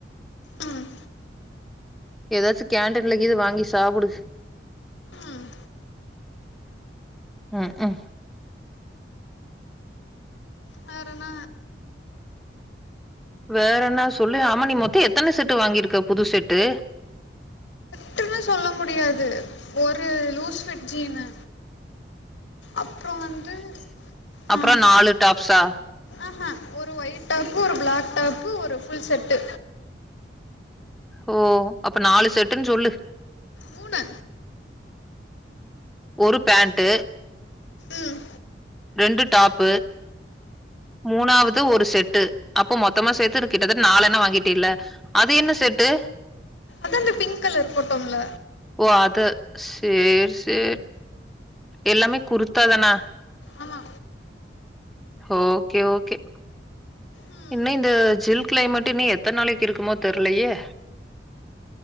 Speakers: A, on the left; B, in the centre.
A: ம்
B: ஏதாச்சு கேன்டீன்ல கீது வாங்கி சாப்புடு
A: ம்
B: ம் க்கு
A: வேறென்ன
B: வேற என்ன சொல்லு ஆம நீ மொத்தோ எத்தன செட்டு வாங்கியிருக்க புது செட்டு
A: செட்டுனுலா சொல்ல முடியாது ஒரு லூஸு ஃபிட் ஜீனு அப்புறோ வந்து
B: அப்புறோ
A: ஆ
B: நாலு டாப்ஸா
A: ஆஹ ஒரு ஒயிட் டாப்பு ஒரு பிளாக் டாப்பு ஒரு ஃபுல் செட்டு
B: ஓ அப்ப நாலு செட்டுனு சொல்லு
A: மூணு
B: ஒரு பேண்டு
A: ம்
B: ரெண்டு டாப்பு மூணாவது ஒரு செட்டு அப்போ மொத்தமா சேத்து கிட்ட தட்ட நாலு என்னம் வாங்கிட்டே இல்ல அது என்ன செட்டு
A: அது அந்த பிங்க் கலர் போட்டோம்ல
B: ஓ அது சேரி செரி எல்லாமே குருத்தா தானா
A: ஆமா
B: ஓகே ஓகே
A: ம்
B: இன்னும் இந்த ஜில் கிளைமேட் இன்னும் எத்தன நாளைக்கு இருக்குமோ தெர்லையே